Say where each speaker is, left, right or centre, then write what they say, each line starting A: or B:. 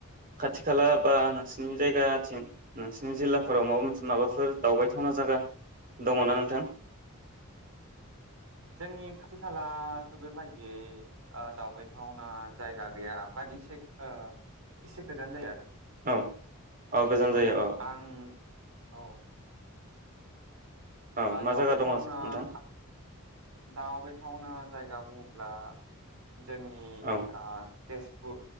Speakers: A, on the right; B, on the right.
A: खाथि खाला बा नोंसोरनि जायगाथिं नोंसोरनि जिल्लाफोराव माबा मोनसे माबाफोर दावबायथावना जायगा दङना नोंथां?
B: जोंनि खाथि खालाथ' बेबायदियै ओ दावबायथावना जायगा गैया बाद एसे एसे गोजान जायो आरो।
A: औ औ गोजान जायो
B: जों
A: औ औ
B: आं औ
A: औ मा
B: दावबायथावना
A: जायगा दङ नोंथां
B: खा दावबायथावना जायगा बुङोब्ला जोंनि
A: औ
B: आ तेज पुर